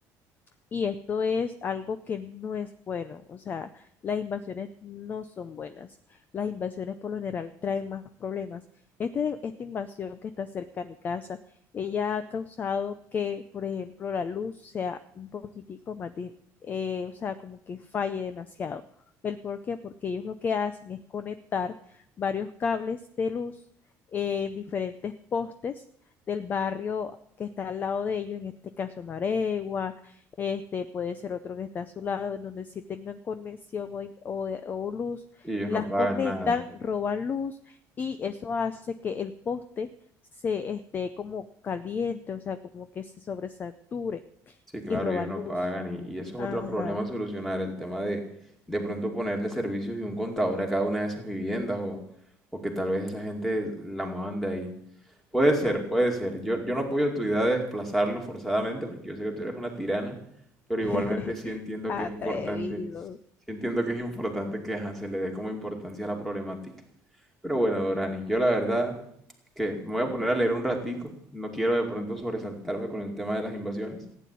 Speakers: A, on the left; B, in the centre.
A: Y esto es algo que no es bueno. O sea, las invasiones no son buenas. Las invasiones por lo general traen más problemas. Este, esta invasión que está cerca a mi casa, ella ha causado que, por ejemplo, la luz sea un poquitico más, di- eh, o sea, como que falle demasiado. ¿El por qué? Porque ellos lo que hacen es conectar varios cables de luz eh, en diferentes postes del barrio que está al lado de ellos, en este caso Maregua este puede ser otro que está a su lado, en donde si tengan conexión o, o- eh, o luz,
B: Y ellos
A: las
B: no pagan
A: conectan,
B: nada.
A: roban luz y eso hace que el poste se esté como caliente, o sea, como que se sobresature
B: Sí, claro,
A: y roban
B: ellos no
A: luz.
B: pagan. Y, y eso
A: Ajá.
B: es otro problema a solucionar, el tema de de pronto ponerle servicios y un contador a cada una de esas viviendas o, o que tal vez esa gente la muevan de ahí. Puede ser,
A: todo.
B: puede ser. Yo, yo no apoyo tu idea de desplazarlos forzadamente porque yo sé que tú eres una tirana, pero
A: <laughs>
B: igualmente sí entiendo
A: Atrevido.
B: que es importante, sí entiendo que es importante que ajá, se le dé como importancia a la problemática. Pero bueno, Dorani, yo la verdad que me voy a poner a leer un ratico. No quiero de pronto sobresaltarme con el tema de las invasiones.